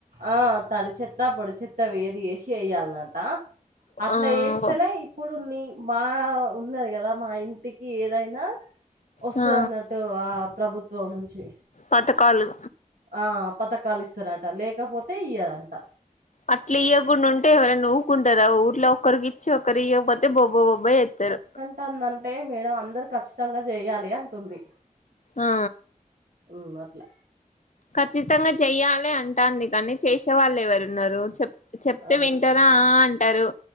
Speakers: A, on the right (about 80°); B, on the left (about 60°).
A: ఆ తడిచేత్త, పొడిచేత్త వేరు చేసి ఎయ్యాల్నట అసలే
B: ఆ
A: యెస్తలే ఇప్పుడు ని మా ఉన్నది కదా మా ఇంటికి ఏదైనా వస్తాదన్న
B: ఆ
A: ట్టు ఆ ప్రభుత్వం నుంచి
B: పథకాలు
A: ఆ పథకాలు ఇస్తారట లేకపోతే ఇయరంట
B: అట్ల ఇయ్యకుండా ఉంటే ఎవరైనా ఊకుంటారా ఊర్లో ఒక్కరికి చ్చో కరియ్యకపోతే బొబ్బ బొబ్బ చేత్తరు
A: తందంటే మేడం అందరు కచ్చితంగా చేయాలి అంటుంది
B: ఆ
A: ఉం అట్ల
B: కచ్చితంగ చెయ్యాలె అంటాంది కానీ చేసే వాళ్ ఎవరున్నరు చెప్ చెప్తే
A: అదొచ్చింది
B: వింటరా అంటరు